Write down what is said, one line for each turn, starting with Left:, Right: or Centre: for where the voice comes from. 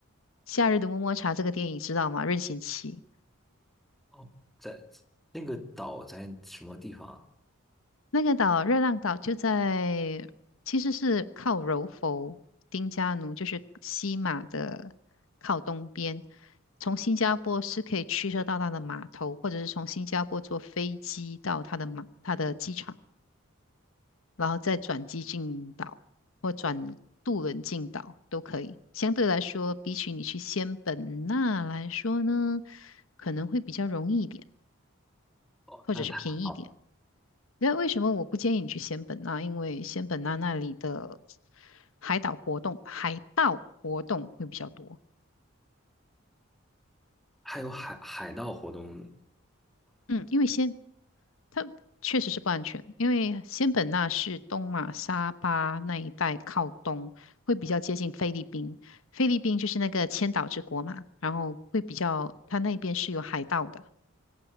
Left: 《夏日的么么茶》这个电影，知道吗？任贤齐。
Centre: 哦在那个岛在什么地方啊
Left: 那个岛热浪岛就在，其实是靠柔佛、丁加奴，就是西马的靠东边。从新加坡是可以驱车到它的码头，或者是从新加坡坐飞机到它的码、它的机场，然后再转机进岛或转渡轮进岛都可以。相对来说，比起你去仙本那来说呢，可能会比较容易一点，
Centre: 哦，
Left: 或者是便宜一点。
Centre: 那太好了。
Left: 那为什么我不建议你去仙本那？因为仙本那那里的海岛活动，海盗活动会比较多。
Centre: 还有海海盗活动，不？
Left: 嗯，因为仙它确实是不安全，因为仙本那是东马沙巴那一带靠东，会比较接近菲律宾。菲律宾就是那个千岛之国嘛，然后会比较，它那边是有海盗的。